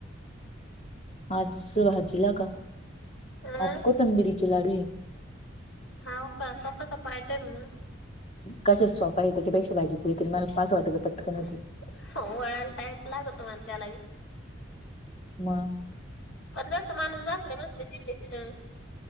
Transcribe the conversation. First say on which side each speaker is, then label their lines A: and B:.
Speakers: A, on the left (about 30°); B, on the left (about 70°).
A: आज भाजी ला का,
B: अं
A: आज कोथंबिरीचे लाडू आहे.
B: हाव का सोपा, सोपा आयटेम आहे म
A: कशाच सोपा आहे, त्याच्यापेक्षा भाजी पुुरी तरी मला पास वाटायचं पटकन होती
B: हो, मळायला टाइम लागत पण त्याला
A: मग
B: पण जसं माणूस बास त्या शेजारीच बसले तिथल्या तिथं